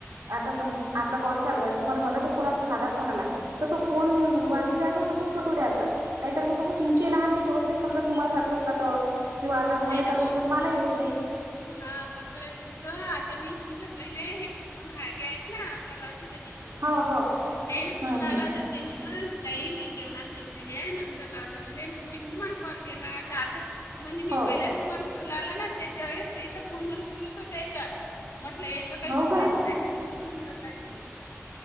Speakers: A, on the right; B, on the left.
A: आता समज, आपला कॉल चालू हाय आणि तुम्हाला मधतच कोणाचा साधा फोन आला. तर तो फोन
B: हम्म
A: वाजू द्यायचा तसंच कट होऊ द्यायचा, नाही तर मग कस तुमचेही दहा मिनट होत नाही समजा तुम्हाला चालू असला तर. किंवा आता मला
B: नाही
A: चालू
B: ना
A: असलं
B: व
A: तर मलाही होत नाही.
B: हा बरोबर हाय तुमचं, आता मी तुमच्या पहिले हे पूनम हे आहेत ना आमच्या घराच्या नजीकचे
A: हो हो
B: टेलिफोनला
A: हम्म हम्म
B: आला तिथ ते म्हण, ताई मी जेवणाला बसलेली हाय नंतर लावता मले मग मी तुम्हाला कॉल केला. आता म्हणजे
A: हो
B: मी पहिल्यांद तुम्हाला फोन लावला ना, त्याच्या वेळेस त्येचा फोन म्ह सुरूच होता हेच्यात. म्हटलं हे कायं
A: हो
B: उचलेलं
A: का
B: नाही. पुरत नंतर लाइन नेले.